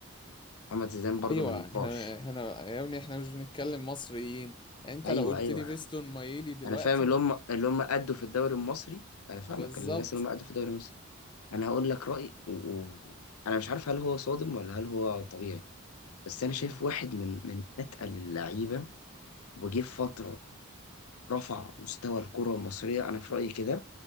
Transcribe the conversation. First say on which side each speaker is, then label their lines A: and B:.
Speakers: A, on the left (about 80°); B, on the left (about 20°).
A: محمد زيدان برضه
B: ايوه
A: من النقاش
B: احنا هنا يا ابني احنا مش بنتكلم مصريين يعني انت
A: ايوه
B: لو قلت
A: ايوه
B: لي فيستون مايلي دلوقتي
A: انا فاهم اللي هم اللي هم ادوا في الدوري المصري انا فاهمك
B: بالظبط
A: الناس اللي هم ادوا في الدوري المصري انا هقول لك رايي و... و... انا مش عارف هل هو صادم ولا هل هو طبيعي بس انا
B: امم
A: شايف واحد من من اتقل اللعيبه وجه في فتره رفع مستوى الكره المصريه انا في رايي كده